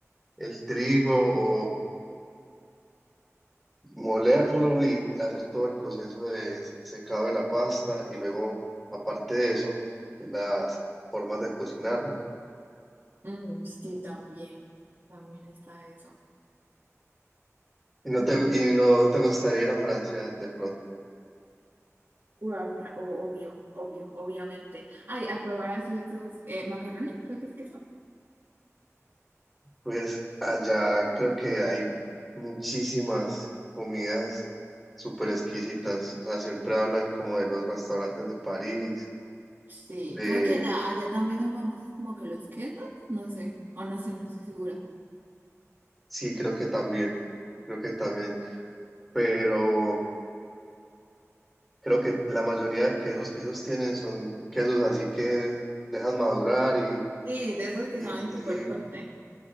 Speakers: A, in the centre; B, on the right.
A: el trigo o molerlo y hacer todo el proceso de secado de la pasta y luego, aparte de eso, las formas de cocinarla.
B: Mm, sí, también, también está eso.
A: Y no
B: Mm,
A: te, y no te gustaría ir a Francia de pronto.
B: bueno, pra- o- obvio, obvio, obviamente. Ay, a probar así esos eh, macarrones, creo que es queso.
A: Pues allá creo que hay muchísimas comidas súper exquisitas. O sea, siempre hablan como de los restaurantes de París,
B: Sí,
A: de...
B: creo que allá, allá también son famosos como que los quesos, no sé, o no sé, no estoy segura.
A: Sí, creo que también. Creo que también. pero creo que la mayoría de quesos que ellos tienen son quesos así que dejan madurar y,
B: Sí, de esos que
A: y,
B: saben
A: y
B: súper fuerte.